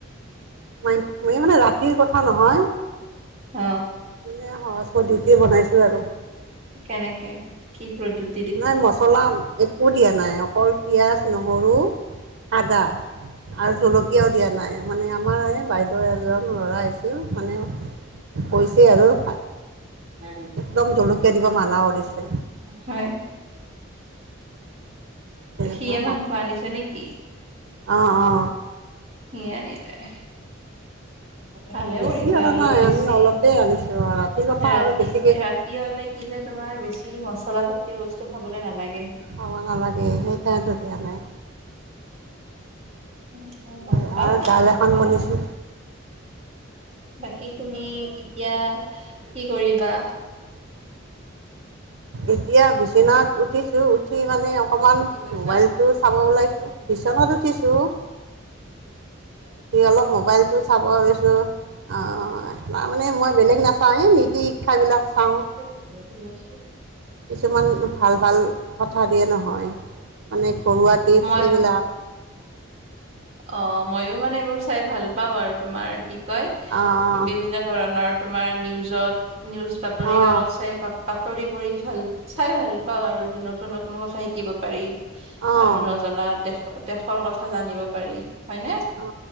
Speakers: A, on the right; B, on the right.
A: মইং, মানে ৰাতিৰ কথা নহয়।
B: অ।
A: মানে, সহজ পদ্ধতিৰে বনাইছোঁ আৰু।
B: কেনেকে কি পদ্ধত-
A: নাই মছলা, একো দিয়া নাই অকল পিঁয়াজ, নহৰু, আদা আৰু জলকীয়াও দিয়া নাই, মানে আমাৰ এই বাইদ- ত এজন ল'ৰা আহিছিল মানে কৈছে আৰু ভা-
B: নাই কৰিম মই
A: একদম জলকীয়া দিব মানা কৰিছে।
B: উ, হয়।
A: তেনেকুৱা
B: সিয়ে মাংস আনিছে নেকি?
A: অ অ।
B: হিয়া নে তাৰ। ভালে
A: বেছি
B: কৰিছা
A: অনা
B: অলপ
A: নাই
B: বেছি
A: আমি অলপেই আনিছোঁ আৰু ৰাতিৰ কথা
B: ৰাতি
A: আৰু বেছিকৈ
B: ৰাত - কি হলে কি যে তোমাৰ বেছি মচলা জাতীয় বস্তু খাবলে নালাগে।
A: খাব নালাগে, সেই কাৰণেটো দিয়া নাই।
B: উম, হয় গম
A: আৰু
B: পাওঁ মই
A: দাইল
B: একা
A: এখন বনাইছোঁ
B: নহয়। বাকী তুমি এতিয়া কি কৰিবা?
A: এতিয়া বিচনাত উঠিছোঁ, উঠি মানে অকমান
B: কি কৈছা
A: মোবাইল', তো চাব ওলাইছোঁ, বিচনাত উঠিছোঁ',
B: উম', <inaudible>
A: এই অলপ মোবাইলটো চাব লৈছোঁ', অঁ', তাৰমানে মই বেলেগ নাচাওঁৱেই এই নীতি শিক্ষাবিলাক চাওঁ',
B: এইটো ভাত বনাই আছোঁ ',
A: কিছুমান ভাল ভাল কথা দিয়ে নহয়, মানে ঘৰুৱা টিপছ
B: মই
A: এইবিলাক',
B: অ', মইও মানে এইবোৰ চাই ভাল পাওঁ আৰু তোমাৰ কি কয়
A: অঁ
B: বিভিন্ন ধৰণৰ', তোমাৰ নিউজত নিউজ বাতৰি
A: অঁ
B: কাকত চাই বা- বাতৰি পঢ়ি ভাল চাই ভাল পাওঁ আৰু যে নতুন নতুন কথা শিকিব পাৰি।
A: অঁ
B: আৰু নজনা দেশ দেশৰ কথা জানিব পাৰি। হয়নে?
A: অ